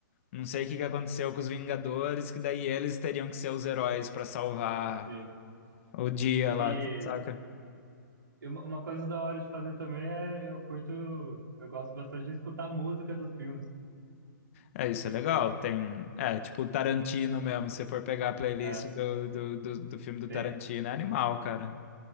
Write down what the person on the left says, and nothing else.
não sei o que que aconteceu com os Vingadores, que daí eles teriam que ser os heróis pra salvar
o dia
lá, saca?
É, isso
é legal. Tem. É, tipo Tarantino mesmo. Se você for pegar a playlist
do, do, do, do filme do
Tarantino, é animal, cara.